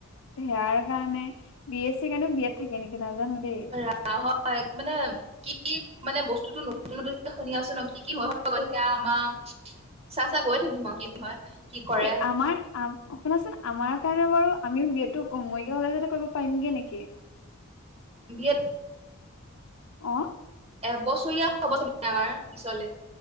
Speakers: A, on the left; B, on the right.
A: সেয়াৰ কাৰণে, বি এ চি কাৰণে বি এত থাকে নেকি নাজানো দেই।
B: হ, হয় মানে। কি মানে বস্তুতটো নতুন নতুনক শুনি আছে ন কি কি হয় লগত থাকে আমাৰ চা চা গৈ থাকিম আও কি হয় কি কৰে
A: ঐ আমাৰ, শুনাচোন আমাৰ কাৰণে বাৰু আমিও বি এডটো মৰিকা কলেজতে কৰিব পাৰিমগে নেকি।
B: বি এড,
A: অ,
B: এবছৰীয়া হব চাগ আমাৰ পিছলে